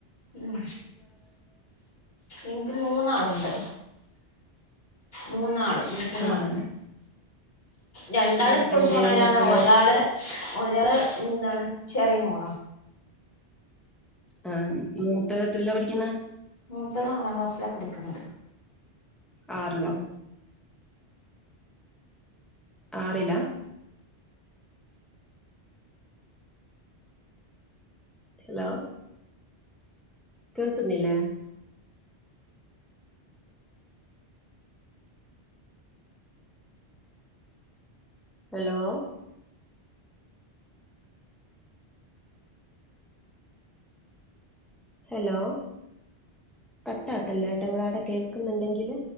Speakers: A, on the left; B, in the centre.
A: ഉം ഇൻക്ക് മൂന്നാള്ണ്ട് മൂന്നാള് മൂന്നാള്
B: ആഹ്
A: രണ്ടാള്
B: ഉം
A: സ്കൂൾ
B: എന്തേ
A: പോണോരാണ്
B: മക്കള്
A: ഒരാള് ഒരാള് എന്താണ് ചെറിയ മോളാ
B: ആ മൂത്തത് എത്രേല്ല പഠിക്കുന്നെ?
A: മൂത്തത് ആറാം ക്ലാസ്സില പഠിക്കുന്നത്
B: ആർല്ലോ ആറിലാ ഹലോ കേൾക്കുന്നില്ലെ ഹലോ ഹലോ കട്ടാക്കല്ലേട്ടോ ങ്ങളാവിടെ കേൾക്കുന്നുണ്ടെങ്കില്